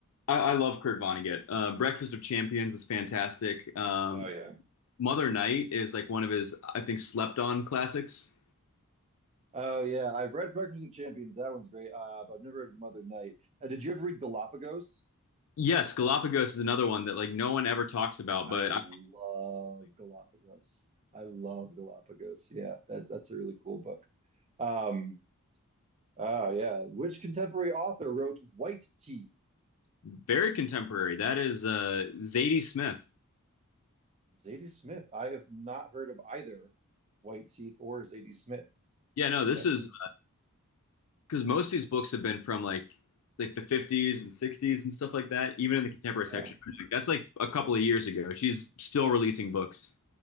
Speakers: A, on the left (about 75°); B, on the right (about 30°).
A: I, I love Kurt Vonnegut. Uh, Breakfast of Champions is fantastic. Um,
B: Oh yeah.
A: Mother Night is like one of his, I think, slept on classics.
B: Oh yeah. I've read Breakfast of Champions. That one's great. Uh, but I've never read Mother Night. Uh, did you ever read Galapagos?
A: Yes, Galapagos is another one that like no one ever talks about,
B: I
A: but
B: love
A: I,
B: Galapagos. I love Galapagos. Yeah, that that's a really cool book. Um, oh yeah. Which contemporary author wrote White Teeth?
A: very contemporary. That is uh, Zadie Smith.
B: Zadie Smith. I have not heard of either White Teeth or Zadie Smith.
A: Yeah, no, this
B: That's
A: is
B: interesting.
A: because most of these books have been from like like the 50s and 60s and stuff like that even in the contemporary
B: Yeah.
A: section Like, that's like a couple of years ago she's still releasing books